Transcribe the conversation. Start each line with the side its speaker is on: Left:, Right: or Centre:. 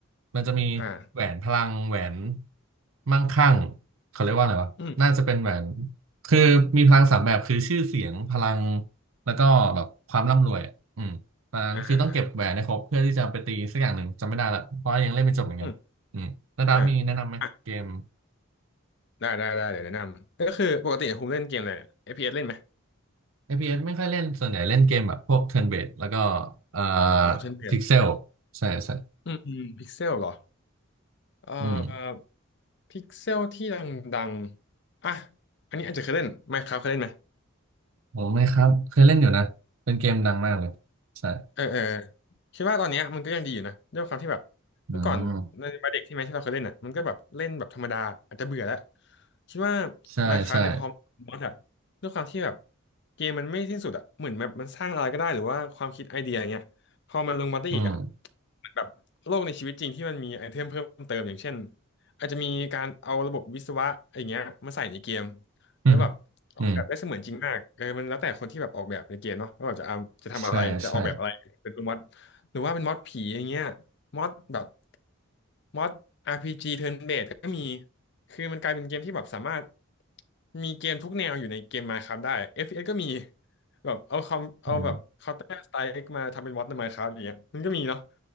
Right: มันจะมีแหวนพลังแหวน
Left: อ่า
Right: มั่งคั่งเขาเรียกว่าอะไรวะน่าจะเป็นแหวน
Left: อืม
Right: คือมีพลังสามแบบคือชื่อเสียงพลังแล้วก็แบบความร่ำรวยอะอืมตอนนั้นคือต้องเก็บแหวนให้ครบเพื่อที่จะไปตีสักอย่างหนึ่งจำไม่ได้ละเพราะยังเล่นไม่จบเหมือนกันอืมแล้วดามีแนะนำไหมเกม
Left: อ่าอ่าอืมอ่าอ่ะได้ได้ได้เดี๋ยวแนะนำก็คือปกติผมเล่นเกมอะไรเนี่ย FPS เอสเล่นไหม
Right: เ p s ไม่ค่อยเล่นส่วนใหญ่เล่นเกมแบบพวก turn based แล้วก็เอ่อ
Left: อ๋อเช่นเดีย
Right: pixel ใช่ใช่
Left: อืมอืมพิกเซลเหรอเอ่อ
Right: อืม
Left: พิกเซลที่ดังๆอ่ะอันนี้อาจจะเคยเล่นไหมครับเคยเล่นไหม
Right: โอ้ไม่ครับเคยเล่นอยู่นะเป็นเกมดังมากเลยใช่
Left: เออเออคิดว่าตอนเนี้ยมันก็ยังดีอยู่นะด้วยความที่แบบ
Right: อืม
Left: เมื่อก่อนในวัยเด็กที่แม้ที่เราเคยเล่นอ่ะมันก็แบบเล่นแบบธรรมดาอาจจะเบื่อแล้วคิดว่า
Right: ใช่ใช่
Left: มาคราฟเนี่ยพอมอดอะด้วยความที่แบบเกมมันไม่สิ้นสุดอ่ะเหมือนแบบมันสร้างอะไรก็ได้หรือว่าความคิดไอเดียอย่างเงี้ยพอมันลงมาได้อีกอ่ะ
Right: อืม <laughs>
Left: เหมือนแบบโลกในชีวิตจริงที่มันมีไอเทมเพิ่มเติมอย่างเช่นอาจจะมีการเอาระบบวิศวะอะไรเงี้ยมาใส่ในเกม
Right: อืม
Left: แล้วแบบออกแบบได้เสมือนจริงมากเออมันแล้วแต่คนที่แบบออกแบบในเกมเนาะว่าแบบจะเอาจะทำอะไรจะออกแบบอะไรเป็นม็อด
Right: อืมใช่ใช่
Left: หรือว่าเป็นม็อดผีอย่างเงี้ยม็อดแบบม็อด RPG turn based ก็มีคือมันกลายเป็นเกมที่แบบสามารถมีเกมทุกแนวอยู่ในเกม Minecraft ได้ FPS ก็มี แบบเอาคอมเอาแบบเคาน์เตอร์สไตล์มาทำเป็นมอดใน
Right: อืม
Left: Minecraft อย่างเงี้ยมันก็มีเนาะ